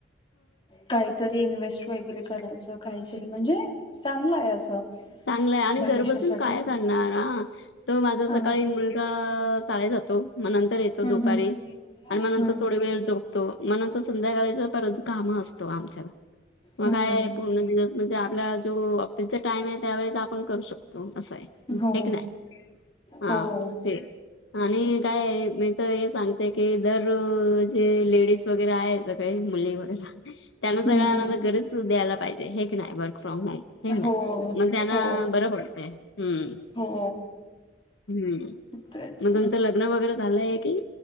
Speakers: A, on the left; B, on the left.
A: काहीतर रि इन्व्हेस्ट वगैरे करायचं काहीतरी म्हणजे चांगलं आहे असं.
B: चांगलं हाय आणि
A: भविष्यासाठी
B: घर बसून काय करणार. हा तो माझा
A: हा
B: सकाळी
A: ना
B: मुल अं शाळेत जातो, मग नंतर येतो
A: हम्म
B: दुपारी आणि
A: हम्म
B: मग नंतर थोडी वेळ झोप तो मग नंतर संध्याकाळीच परत काम असतो आमचं. मग
A: हम्म
B: काय पूर्ण दिवस म्हणजे आपला जो ऑफिसचा टाईम आहे त्यावेळेत आपण करू शकतो असं आहे.
A: हम्म हो
B: हाय क नाय हा
A: हो
B: ते. आणि काय मी तर हे सांगते की दर जे लेडीज वगैरे आहे सगळे मुली वगैरा त्यांना सगळ्यांना
A: हम्म हम्म
B: तर खरचं सुट द्यायला पाहिजे. हे कनई, वर्क फ्रॉम होम हे कनई?
A: हो
B: त्यांना
A: हो
B: बरं पडतंय, हम्म.
A: हो.
B: हम्म,
A: तेच
B: मग तुमचं लग्न वगैरे झालंय की